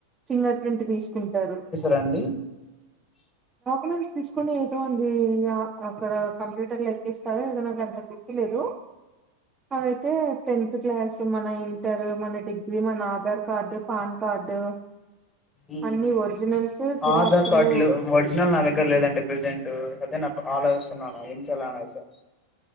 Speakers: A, on the right (about 15°); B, on the left (about 20°).
A: ఫింగర్ ప్రింట్ తీసుకుంటారు
B: రండి
A: డీటెయిల్స్ తీసుకుని ఏదో అండి అ అక్కడ కంప్యూటర్ లో ఎక్కిస్తారు ఏదైనా గంటకి నచ్చలేదు అవైతే టెన్త్ క్లాస్ మన ఇంటర్ మన డిగ్రీ మన ఆధార్ కార్డు పాన్ కార్డు
B: ఉమ్
A: అన్ని ఒరిజినల్స్ జిరాక్సులు
B: ఆధార్ కార్డులు ఒరిజినల్ నా దగ్గర లేదండి ప్రెజెంట్ అ ఆలోచించన్నా ఏం చేయలా అనేసి